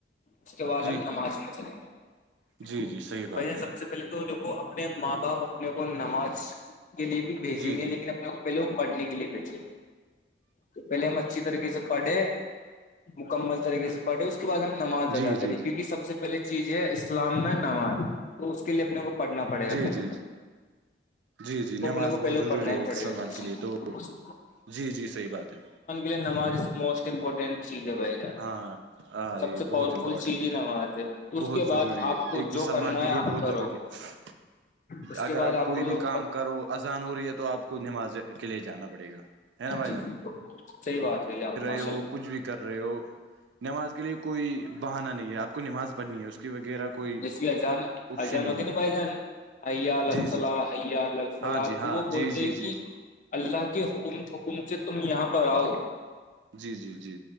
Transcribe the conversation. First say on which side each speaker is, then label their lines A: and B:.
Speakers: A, on the left (about 45°); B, on the right (about 85°).
A: اس کے بعد
B: جی
A: ہم نماز میں چلیں گے
B: جی جی صحیح
A: بھییا
B: بات ہے
A: سب سے پہلے تو دیکھو اپنے ماں باپ اپنے کو نماز کے لیے بھی بھیجیں
B: جی جی
A: گے لیکن اپنے کو لوگ پڑھنے کے لیے بھیج رہے تو پہلے ہم اچھی طریقے سے پڑھے مکمل طریقے سے پڑھے اس کہ بعد ہم نماز ادا
B: جی
A: کرے
B: جی جی
A: کیونکہ سب سے پہلے چیز ہے اسلام میں نماز تو اس کے لیے اپنے وہ پڑھنا پڑے گا
B: جی
A: پہلے
B: جی جی جی
A: وہ
B: نماز
A: اپنے کو پہلے
B: بہت ضروری
A: پڑھنا ہی
B: ہے ایک
A: پڑے
B: مسلمان
A: گا
B: کے لیے تو جی جی صحیح بات ہے
A: ے نماز اس موسٹ امپورٹنٹ چیز ہے بھائی
B: ہاں ہاں
A: سب
B: یہ
A: سے
B: بہت
A: پاورفل
B: امپورٹنٹ
A: چیز ہی
B: ہے
A: نماز ہے اس
B: بہت
A: کے
B: ضروری
A: بعد آپ
B: ہے
A: کو
B: ایک
A: جو
B: مسلمان
A: کرنا
B: کے
A: ہے
B: لیے
A: آپ
B: بہت
A: کرو
B: ضروری ہے
A: اس
B: اگر
A: کے بعد
B: آپ کوئی
A: کو
B: بھی
A: جو
B: کام کرو اذان ہو رہی ہے تو آپ کو نماز کے لیے جانا پڑے گا ہے نا بھائی
A: جی
B: جان
A: جی صحیح بات ہے یار تمہا
B: وہ کچھ بھی کر رہے ہو نماز کے لیے کوئی بہانہ نہیں ہے آپ کو نماز پڑھنی ہے اس کی وغیرہ کوئی
A: جیسے کی اذان
B: آپشن
A: اذان
B: ہی
A: ہوتی
B: نہیں
A: نا بھائی
B: ہے
A: جان حی علی
B: جی
A: الصلوۃ
B: جی
A: حی علی الفلاح
B: ہاں جی ہاں
A: تو وہ بولتے
B: جی جی جی
A: کی
B: جی
A: اللہ کے حکم حکم سے تم یہاں پر آؤ
B: جی جی جی